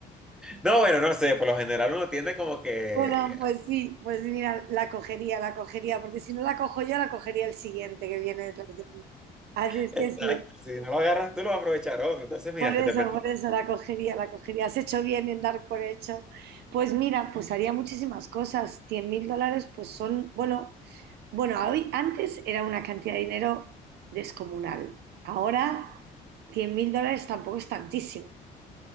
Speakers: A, in the centre; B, on the right.
A: No, bueno, no sé. Por lo general uno tiende como que...
B: Bueno, pues sí, pues mira, la cogería, la cogería, porque si no la cojo yo, la cogería el siguiente que viene detrás de mí. Así es
A: Exacto,
B: que sí,
A: si no lo agarras tú, lo va a aprovechar otro. Entonces, mira,
B: por
A: que
B: eso,
A: te presenta
B: por eso la cogería, la cogería. Has hecho bien en dar por hecho. Pues mira, pues haría muchísimas cosas. Cien mil dólares, pues son, bueno, bueno, hoy, antes era una cantidad de dinero descomunal. Ahora, cien mil dólares tampoco es tantísimo,